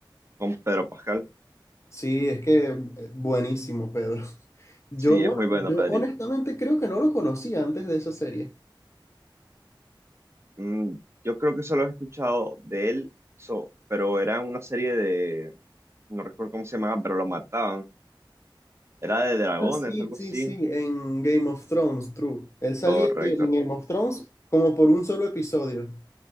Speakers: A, on the right (about 30°); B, on the left (about 35°).
A: con Pedro Pascal.
B: Sí, es que eh, buenísimo, Pedro. <laughs> Yo,
A: Sí,
B: bueno,
A: es muy bueno,
B: yo
A: Pedrito.
B: honestamente creo que no lo conocía antes de esa serie.
A: Mm, yo creo que solo he escuchado de él, so- pero era una serie de, no recuerdo cómo se llamaba, pero lo mataban. Era de dragones,
B: Ah, Sí,
A: algo
B: sí,
A: así.
B: sí, en Game of Thrones, true. Él salía
A: Correcto.
B: en Game of Thrones como por un solo episodio.